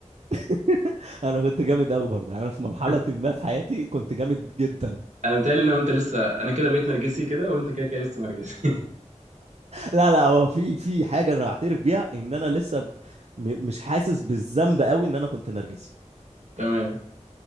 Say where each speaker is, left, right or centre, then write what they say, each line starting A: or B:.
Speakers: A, on the right (about 60°); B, on the right (about 75°).
A: <laughs> انا كنت جامد قوي برضه يعني انا في مرحله
B: <laughs>
A: ما في حياتي كنت جامد جدا
B: انا بتهيألي ان انت لسه انا كده بقيت نرجسي كده وانت كده كده لسه نرجسي
A: لا لا هو في في حاجه انا اعترف بيها ان انا لسه ب... م... مش حاسس بالذنب قوي ان انا كنت نرجسي
B: <laughs> تمام